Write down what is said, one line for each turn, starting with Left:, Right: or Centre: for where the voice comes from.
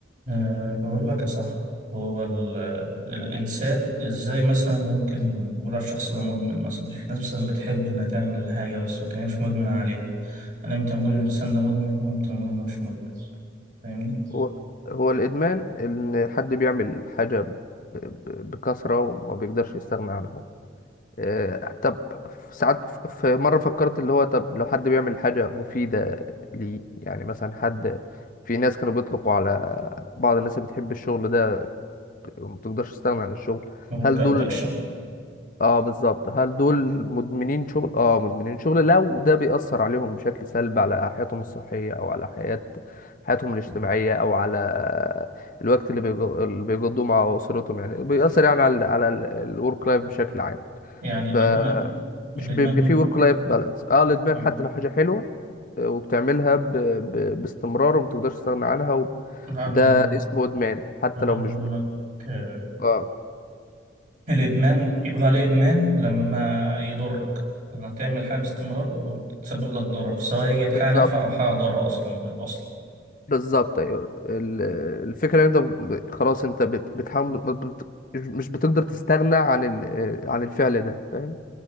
Right: أه بقول لك يا صاحبي هو ال- تمام الإنسان إزاي مثلا ممكن نقول على الشخص ده مدمن مثلا في ناس مثلا بتحب إنها تعمل حاجة بس لكن هي مش مدمنة عليها أنا إمتى نقول إن الإنسان ده مدمن وإمتى نقول إنه مش مدمن فاهمني؟
Left: هو هو الإدمان إن حد بيعمل حاجة ب- ب- بكثرة وما بيقدرش يستغنى عنها آه، طب ساعات ف- في مرة فكرت اللي هو طب لو حد بيعمل حاجة مفيدة ليه يعني مثلا حد في ناس كانوا بيطلقوا على بعض الناس اللي بتحب الشغل ده وما بتقدرش تستغنى عن الشغل
Right: نقول
Left: هل
Right: كأدكشن
Left: دول اه بالظبط هل دول مدمنين شغل اه مدمنين شغل لو ده بيأثر عليهم بشكل سلبي على حياتهم الصحية او على حياة حياتهم الاجتماعية او على الوقت اللي بيج- اللي بيقضوه مع اسرتهم يعني بيأثر يعني على ال على الورك لايف بشكل عام
Right: يعني الإدمان
Left: ف مش
Right: الإدمان
Left: بيبقى فيه ورك لايف بالانس اه الادمان
Right: م-
Left: حتى لو حاجة حلوة آه، وبتعملها ب... ب... باستمرار ومتقدرش تستغنى عنها و...
Right: لا أنا
Left: ده
Right: ب-
Left: اسمه ادمان حتى
Right: بقول
Left: لو مش ب...
Right: لك آه،
Left: اه
Right: الإدمان يكون عليه إدمان لما يضرك لما تعمل حاجة باستمرار وتسبب لك ضرر سواء هي كانت حاجة
Left: بالظبط
Right: نافعة أو حاجة ضارة أصلا من الأصل
Left: بالظبط ايوه ال- الفكره ان انت ب- خلاص انت بت- بتحاول ما بت- مش بتقدر تستغنى عن ال- عن الفعل ده فاهم